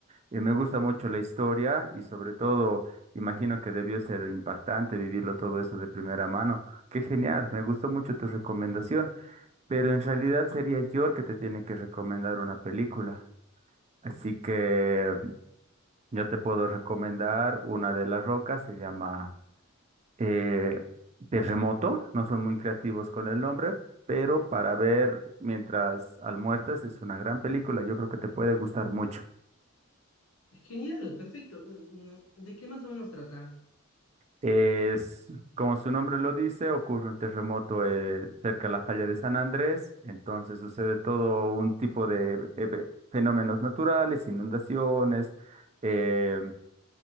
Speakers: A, on the right; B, on the left.
A: y me gusta mucho la historia y sobre todo imagino que debió ser impactante vivirlo todo eso de primera mano. Qué genial, me gustó mucho tu recomendación, pero en realidad sería yo el que te tiene que recomendar una película. Así que yo te puedo recomendar una de las rocas, se llama eh, terremoto, no son muy creativos con el nombre, pero para ver mientras almuerzas es una gran película, yo creo que te puede gustar mucho.
B: Genial, perfecto. Mm, ¿De qué más o menos trata?
A: Es, como su nombre lo dice, ocurre un terremoto eh, cerca de la falla de San Andrés, entonces sucede todo un tipo de eh, ve- fenómenos naturales, inundaciones, eh,